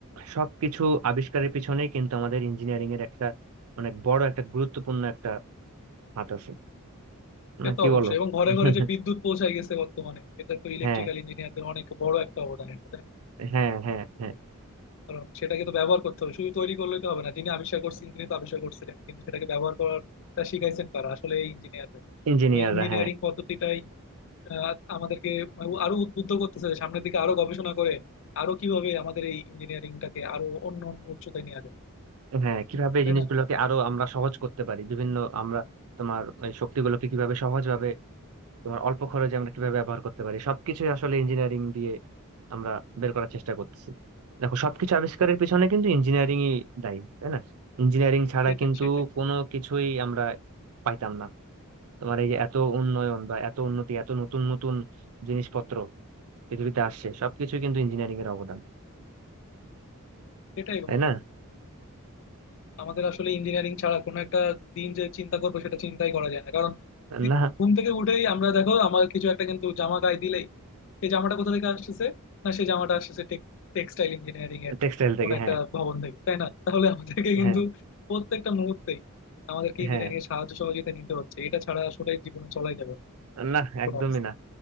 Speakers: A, on the right; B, on the left.
A: সবকিছু আবিষ্কারের পিছনেই কিন্তু আমাদের ইঞ্জিনিয়ারিং এর একটা অনেক বড় একটা গুরুত্বপূর্ণ একটা হাত আছে
B: সে
A: না
B: তো
A: কি
B: অবশ্যই
A: বলো
B: এবং ঘরে
A: <laughs>
B: ঘরে যে বিদ্যুৎ পৌঁছায় গেছে বর্তমানে এটা তো ইলেকট্রিক্যাল
A: হ্যাঁ
B: ইঞ্জিনিয়ারদের অনেক বড় একটা অবদান এটা তাই না?
A: হ্যাঁ হ্যাঁ হ্যাঁ
B: কারণ সেটাকে তো ব্যবহার করতে হবে শুধু তৈরি করলেই তো হবে না যিনি আবিষ্কার করছেন তিনি তো আবিষ্কার করছিলেন কিন্তু সেটাকে ব্যবহার করাটা শিখাইছেন কারা আসলে এই ইঞ্জিনিয়ারদের
A: ইঞ্জিনিয়াররা
B: ওই ইঞ্জিনিয়ারিং
A: হ্যাঁ
B: পদ্ধতিটাই আহ, আমাদেরকে আরো উদ্বুদ্ধ করতেছে যে সামনের দিকে আরো গবেষণা করে আরো কিভাবে আমাদের এই ইঞ্জিনিয়ারিংটাকে আরো অন্য অন্য উচ্চতায় নিয়ে যায়
A: হ্যাঁ কিভাবে এই
B: তাই
A: জিনিসগুলোকে
B: না
A: আরো আমরা সহজ করতে পারি বিভিন্ন আমরা তোমার এই শক্তিগুলোকে কিভাবে সহজভাবে তোমার অল্প খরচে আমরা কিভাবে ব্যবহার করতে পারি সবকিছু আসলে ইঞ্জিনিয়ারিং দিয়ে আমরা বের করার চেষ্টা করতেছি দেখো সবকিছু আবিষ্কারের পিছনে কিন্তু ইঞ্জিনিয়ারিংই দায়ী তাই না ইঞ্জিনিয়ারিং ছাড়া
B: সেটাই
A: কিন্তু
B: সেটাই
A: কোনো কিছুই আমরা পাইতাম না তোমার এই যে এত উন্নয়ন বা এত উন্নতি এত নতুন নতুন জিনিসপত্র পৃথিবীতে আসছে সবকিছু কিন্তু ইঞ্জিনিয়ারিং এর অবদান
B: সেটাই
A: তাই
B: বন্ধু
A: না
B: আমাদের আসলে ইঞ্জিনিয়ারিং ছাড়া কোনো একটা দিন যে চিন্তা করবো সেটা চিন্তাই করা যায় না কারণ দি-
A: না
B: ঘুম থেকে উঠেই আমরা দেখো আমার কিছু একটা কিন্তু জামা গায়ে দিলেই সেই জামাটা কোথা থেকে আসতেছে না সেই জামাটা আসতেছে টেক্সটাইল ইঞ্জিনিয়ারিং এর
A: টেক্সটাইল থেকে
B: কোন একটা
A: হ্যাঁ
B: ভবন থেকে তাই না তাহলে আমাদেরকে কিন্তু
A: হ্যাঁ
B: প্রত্যেকটা মুহূর্তেই আমাদেরকে ইঞ্জিনিয়ারিং
A: হ্যাঁ
B: এর সাহায্য সহযোগিতা নিতে হচ্ছে এটা ছাড়া আসলে জীবনে চলাই যাবে না
A: না
B: কোনো
A: একদমই
B: অবস্থা
A: না